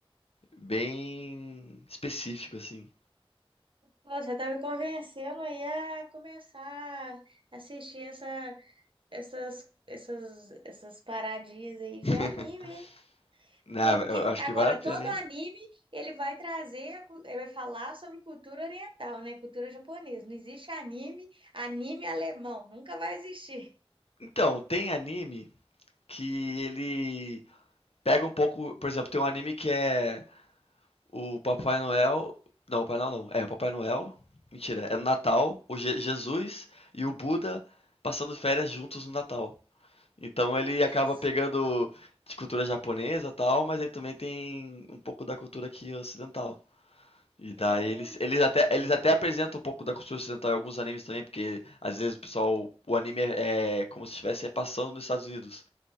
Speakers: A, on the left; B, on the right.
A: bem específico, assim.
B: Você tá me convencendo aí a começar a assistir essa, essas, essas, essas paradinhas aí de
A: <laughs>
B: anime, hein?
A: Na
B: Porque
A: eu eu acho
B: agora
A: que vale a pena,
B: todo
A: hein.
B: anime ele vai trazer, a cu- ele vai falar sobre cultura oriental, né? Cultura japonesa. Não existe anime, anime alemão, nunca vai existir.
A: Então, tem anime que ele pega um pouco por exemplo, tem um anime que é o Papai Noel não, o Papai Noel não, é o Papai Noel mentira, é no Natal, o Je Jesus e o Buda passando férias juntos no Natal. Então
B: Que
A: ele acaba
B: isso?
A: pegando de cultura japonesa e tal, mas ele também tem um pouco da cultura aqui ocidental. E daí
B: Olha,
A: eles, eles até, eles até apresentam um pouco da cultura ocidental em alguns animes também, porque às vezes o pessoal, o anime é, é como se estivesse passando nos Estados Unidos.